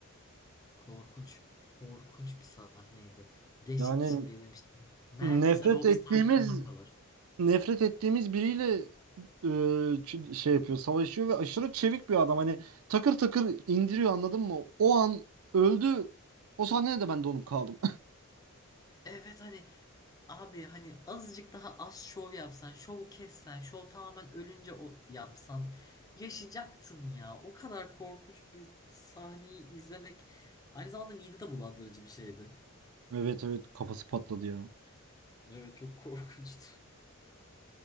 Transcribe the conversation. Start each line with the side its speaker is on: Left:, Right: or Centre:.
Left: Korkunç. Korkunç bir sahneydi. Dehşet
Right: Yani
Left: içinde izlemiştim. Hani Neredeyse
Right: nefret
Left: Robb
Right: ettiğimiz
Left: Stark'ın ölümü kadar.
Right: nefret ettiğimiz biriyle e, ç- şey yapıyor, savaşıyor ve aşırı çevik bir adam. Hani takır takır indiriyor anladın mı? O an öldü. O sahnede de ben donup kaldım.
Left: Evet hani abi hani azıcık daha az şov yapsan, şovu kessen, şov tamamen ölünce o yapsan yaşayacaktın ya. O kadar korkunç bir sahneyi izlemek aynı zamanda mide de bulandırıcı bir şeydi.
Right: <laughs> Evet evet kafası patladı ya.
Left: Evet çok korkunçtu.